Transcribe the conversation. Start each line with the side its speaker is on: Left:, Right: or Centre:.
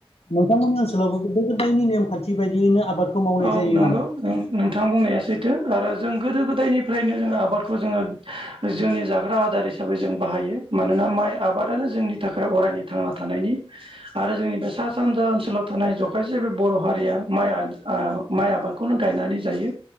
Left: नोंथांमोननि ओनसोलावबो गोदो गोदायनि नेमखान्थि बायदियैनो आबादखौ मावनाय
Right: औ
Left: जायो
Right: नंगौ
Left: नामा।
Right: नोंथां बुंनाया सैथो आरो जों गोदो गोदायनिफ्राय। नो जों आबादखौ जोङो जोंनि जाग्रा आदार हिसाबै जों बाहायो मानोना माइ आबादानो जोंनि नि थाखाय अरायनि थांना थानायनि आरो जोंनि बे सा सानजा ओनसोलाव थानाय जखायसे बे बर' हारिया माइ माइ आबादखौनो गायनानै जायो